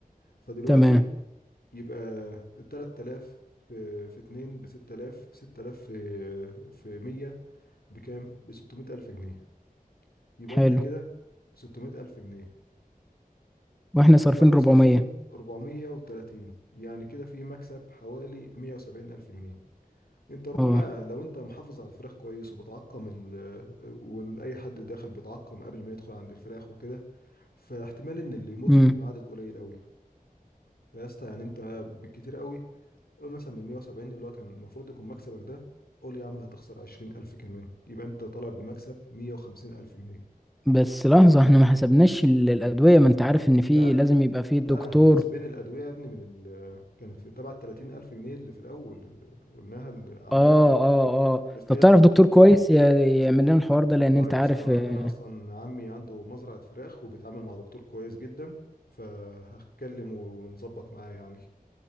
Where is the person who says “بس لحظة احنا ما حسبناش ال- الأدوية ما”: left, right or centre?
Centre